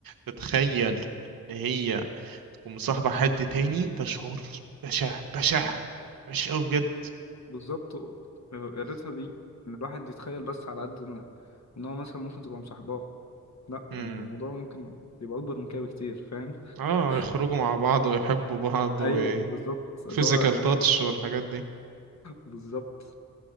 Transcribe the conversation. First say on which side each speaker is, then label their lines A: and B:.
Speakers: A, on the right; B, on the left.
A: تتخيل ان هي ومصاحبة حد تاني ده شعور بشع بشع وحش أوي بجد
B: بالظبط و- يا ريتها بيه ان الواحد يتخيل بس على قد ان ان هو مثلا ممكن تبقى مصاحباه لا
A: امم
B: يعني الموضوع ممكن يبقى أكبر من كده بكتير فاهم <laughs>
A: اه يخرجوا مع بعض
B: اللي
A: ويحبوا
B: هو-
A: بعض وفيزيكال
B: أيوه بالظبط اللي هو يعني
A: تاتش
B: هو
A: والحاجات دي
B: بالظبط